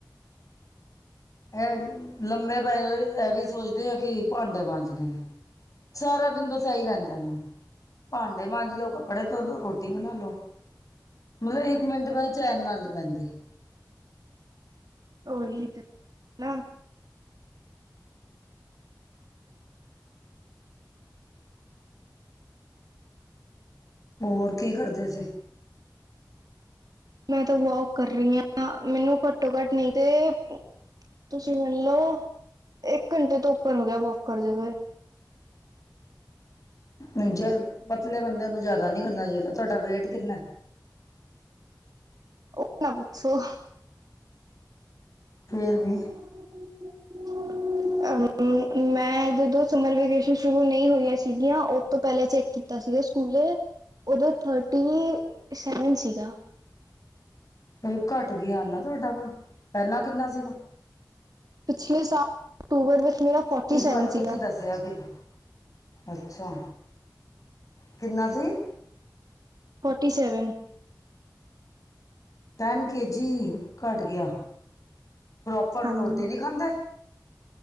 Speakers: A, on the left; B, on the right.
A: ਇਹ ਲੰਬੇ ਪੈ ਲਈ ਇਹ ਵੀ ਸੋਚਦੇ ਆ ਕਿ ਭਾਂਡੇ ਮਾਂਜਣੇ ਨੇ। ਸਾਰਾ ਦਿਨ ਬਸ ਇਹੀ ਰਹਿੰਦੈ ਮੈਨੂੰ। ਭਾਂਡੇ ਮਾਂਜ ਲੋ, ਕੱਪੜੇ ਧੋਲੋ, ਰੋਟੀ ਬਣਾ ਲੋ। ਮਤਲਬ ਇੱਕ ਮਿੰਟ ਮੈਂ ਚੈਨ ਨਾਲ ਨਹੀਂ ਬੈਂਦੀ।
B: ਉਹੀ ਤੇ ਮੈਂ ਨਾ।
A: ਹੋਰ ਕੀ ਕਰਦੇ ਸੀ?
B: ਮੈਂ ਤਾਂ ਵੋਕ ਕਰ ਰਹੀ ਹਾਂ ਮੈਨੂੰ ਘੱਟੋ ਘੱਟ ਨਹੀਂ ਤੇ। ਤੁਸੀਂ ਮੰਨਲਓ ਇੱਕ ਘੰਟੇ ਤੋਂ ਉੱਪਰ ਹੋ ਗਿਆ ਵੋਕ ਕਰਦੇ ਹੋਏ। <unintelligible> <inaudible>
A: ਨਹੀਂ ਜੇ ਪਤਲੇ ਬੰਦੇ ਨੂੰ ਜਿਆਦਾ ਨੀ ਕਰਨਾ ਚਾਹੀਦਾ। ਤੁਹਾਡਾ ਵੇਟ ਕਿੰਨਾ ਹੈ?
B: ਉਹ ਨਾ ਪੁੱਛੋ?
A: ਫੇਰ
B: <unintelligible>
A: ਵੀ
B: <inaudible> ਅਹ ਮੈਂ ਜਦੋਂ ਸਮਰ ਵੇਕੇਸ਼ਨ ਸ਼ੁਰੂ ਨਹੀਂ ਹੋਈਆਂ ਸੀਗੀਆਂ ਉਹ ਤੋਂ ਪਹਿਲਾਂ ਚੈੱਕ ਕੀਤਾ ਸੀ। ਸਕੂਲੇ ਉਦੋਂ ਥਰਟੀ ਸੇਵਨ ਸੀਗਾ।
A: ਬਈ ਘੱਟ ਗਿਆ ਆ ਨਾ ਤੁਹਾਡਾ ਵ? ਪਹਿਲਾਂ ਕਿੰਨਾ ਸੀਗਾ?
B: ਪਿਛਲੇ ਸਾਲ ਅਕਤੂਬਰ ਵਿੱਚ ਮੇਰਾ ਫੋਟੀ
A: ਇੱਕ ਵਾਰੀ
B: ਸੈਵਨ
A: ਤੁਸੀਂ
B: ਸੀਗਾ।
A: ਦੱਸਿਆ ਸੀਗਾ ਅੱਛਾ। ਕਿੰਨਾ ਸੀ
B: forty seven.
A: Ten K G ਘੱਟ ਗਿਆ। ਪ੍ਰੋਪਰ
B: ਹਾਂਜੀ
A: ਰੋਟੀ ਨੀ ਖਾਂਦੇ?